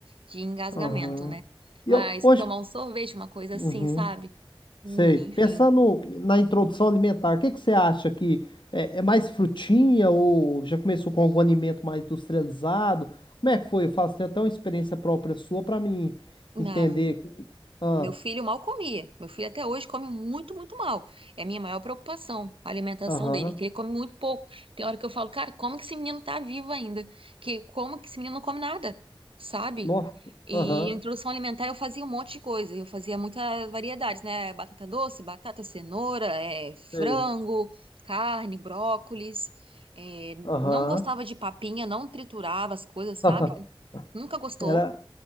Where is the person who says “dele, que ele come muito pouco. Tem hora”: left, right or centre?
Right